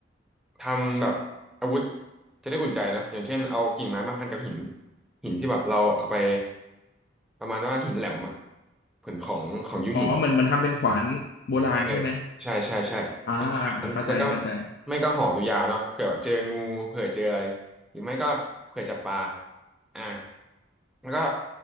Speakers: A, in the centre; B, on the left (about 60°).
A: ทำแบบอาวุธจะได้อุ่นใจเนอะอย่างเช่นเอากิ่งไม้มาพันกับหินหินที่แบบเราเอาไปประมาณว่าหินแหลมอะผืนของของยุคหิน
B: อ๋อมันมันทำเป็นขวานโบราณใช่ไหม
A: เออใช่ใช่ใช่
B: อ่าอ่าเข้าใจเข้าใจ
A: แล้วก็ไม่ก็หอกยาวๆเนาะเผื่อแบบเจองูเผื่อเจออะไรหรือไม่ก็เผื่อจับปลาอ่าแล้วก็